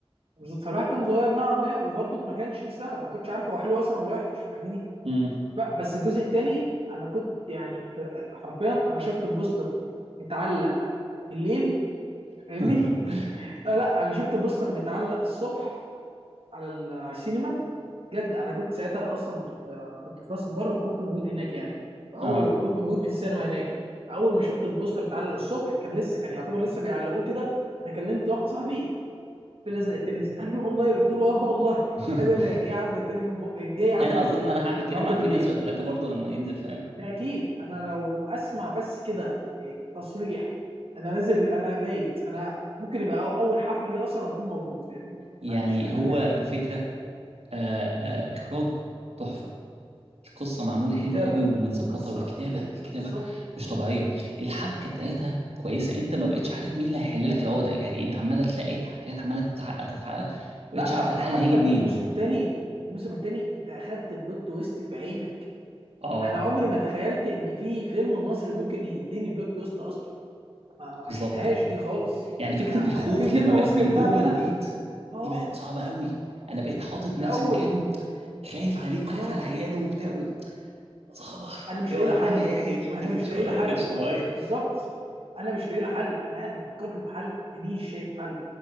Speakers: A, on the right; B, on the right.
A: بالظبط فالواحد كان صغير نوعا ما وبرضه ما كانش لسه أخد- ما كنتش عارف هو حلو اصلا ولا وحش فاهمني
B: امم
A: ب- بس الجزء التاني انا كنت يعني ك- حرفيا انا شفت البوستر متعلق بالليل فاهمني
B: <laughs>
A: لا, لا انا شفت بوستر متعلق الصبح على ال- على السينما بجد انا كنت ساعتها اصلا كنت كنت في راس البر وكنت موجود هناك يعني فاول
B: اه
A: كنت موجود في السينما هناك فاول ما شفت البوستر اتعلق الصبح كان لسه كان يعتبر لسه بيعلقوه كده انا كلمت واحد صاحبي في الازرق نزل قال لي والله قلت له اه والله
B: <laughs>
A: قال لي انا جاي عندك تاني يوم بق... جاي عندك
B: انا اظن
A: آه،
B: ان انا هعمل كده
A: النهارده
B: مع الفيل
A: بالليل
B: الازرق ثلاثة برضو لما ينزل فاهم
A: ده اكيد انا لو اسمع بس كده تصريح انا نازل انا بايت انا ممكن يبقى أو- اول حفله لي اصلا اكون موجود يعني
B: يعني
A: ما عنديش ادنى
B: هو
A: مانع
B: الفكره آه، آه، اخراج تحفه القصه معموله
A: كتابه
B: حلوه قوي ومتظبطه
A: قصه
B: والكتابه
A: ك-
B: الكتابه
A: بالظبط
B: مش
A: اه
B: طبيعيه الحبكه بتاعتها كويسه انت ما بقتش عارف مين اللي هيحل لك العقده يعني انت عماله تلاقي حاجات عماله تتعقد تتعقد ما
A: لا
B: بقتش عارف الحل
A: وحتى
B: هيجي منين
A: في الموسم الثاني الموسم الثاني انت اخدت بلوت تويست في عينك
B: اه
A: انا عمري ما تخيلت ان في فيلم مصري ممكن يديني بلوت تويست اصلا ما, ما ما
B: بالظبط
A: شفتهاش دي خالص
B: يعني فكره
A: انا
B: الخوف
A: انا في فيلم
B: لما بقت
A: مصري
B: من
A: يخدعني
B: جوه
A: انا
B: البيت
A: اه
B: دي بقت صعبه قوي انا بقيت حاطط
A: انت
B: نفسي
A: اول
B: مكانه خايف عليه وخايف
A: اه
B: على عياله وبتاع و- صعبه
A: انا مش
B: اوعى
A: لاقي له
B: تنام
A: حل
B: يا يحيى دي ما
A: انا
B: كانتش
A: مش لاقي
B: ما
A: له حل
B: كانتش طبيعيه
A: بالظبط انا مش لاقي له حل انا قاعد بفكر له في حل مانيش شايف حل